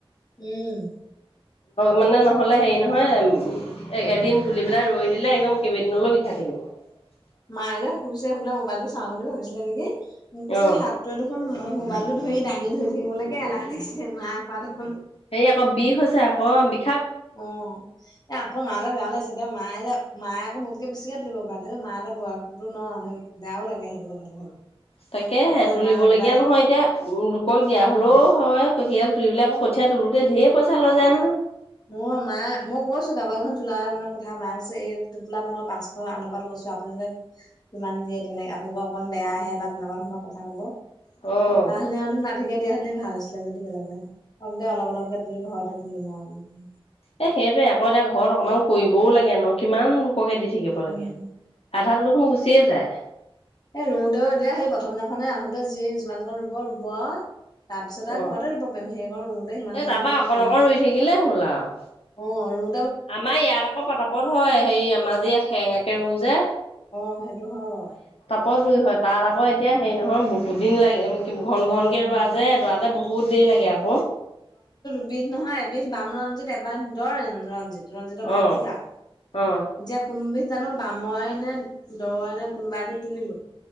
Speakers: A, on the left (about 45°); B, on the left (about 80°).
A: উম
B: মানে নহলে হেৰি নহয় এদিন তুলি পেলাই ৰৈ দিলে একদম কেইবদিনলৈ বিষাত থাকিব <unintelligible>
A: মায়ে শুইছে সুলে মোবাইল টো চাওঁ বুলি ভাবিছিলে নেকি মোক কৈছে
B: অ',
A: হাত <unintelligible> দুখখন অ মোবাইলতটো ধৰি দাঙি ধৰি থাকিবাগে এলাহ লিছে নোৱাৰ প <unintelligible>
B: হে আকৌ বিষ হৈছে আকৌ বিষ।
A: অ এ আকৌ মা লে বেয়া লাগিছে দে। মায় এটা মায়ে আকৌ মোতকে বেছিকে তুলিব পাৰেছ মা এটা বয়সতো ন <unintelligible> বেয়াও লাগে সেইটো কথাালি ভাবি
B: তাকে
A: আকৌ
B: হে তুলিবলগীয়া
A: ইমান একবাৰে
B: নহয় এতিয়া উ লোকক দিয়া
A: উম
B: হলেও হয় কঠডাল তুলিৰিবিলাকৰ কঠীয়া তোতে ধঢৰ পইা লৈ যায় নহয়।
A: অ, মা মই কৈ আছো কাৰোবাৰ এখন তোলানৰ কথা মাক আছে এই টোপোলাত মই পাছশ আনব লৈ আছো। আপোনালোকে কিমান দিয়ে তেনে আপোনালোকৰ অকন বেয়া আহে বা তেনেকুৱা ধৰণৰ কথা কব।
B: অ'।
A: তাহাহুি আৰু ধুনধিকে দিয়াখুনে ভাল আছিলে যদি বেলেগেক দে অলপ - অলপকে তুলি ঘৰতে। <unintelligible>
B: এ সেইটোে আকৌ এতিয়া ঘৰত অকমান কৰিবও লাগে ন কিমান পকে দি থাকিব লাগে
A: উম
B: আধা দু - দুখোন গুচিয়ে যায়।
A: এ ৰুওতেও এতিয়া সেই প্ৰথম দিনাখনে আহোতে যি যিমান ক ৰুব ৰুব তাৰ পিছত আৰু
B: অ',
A: ঘৰতে ৰুব পাৰিম সেইকাৰণ ৰুওঁতে ইমান
B: এই
A: হেৰি
B: তাৰপা
A: মই
B: অকণ
A: ইমান
B: অকণ ৰুই
A: অ
B: থাকিলে হ'ল আৰু।
A: আৰু
B: আমাৰ ইয়াত আকৌ পতাপত হয় হেৰি আমাৰ যে ইয়াত সেঙাকে ৰোও যে।
A: অ, সেইটো হয় বু
B: ও যী হয় তাত আকৌ এতিয়া হেৰি নহয় বহুত দিন লাগে। ঘন- ঘন কেে
A: উম
B: ৰোৱা যে দৰাতে বহুত দেৰি লাগে আকৌ।
A: এবিধ নহয় এবিধ বাম ৰঞ্জিত এবাৰ দৰ ৰঞ্জিত। ৰঞ্জিত ভাগ
B: অ
A: দুটা
B: অ
A: এতিয়া কোনোবে জানো বাম মই এনে দ এনেে কোনোবা এবিধ তুলিলো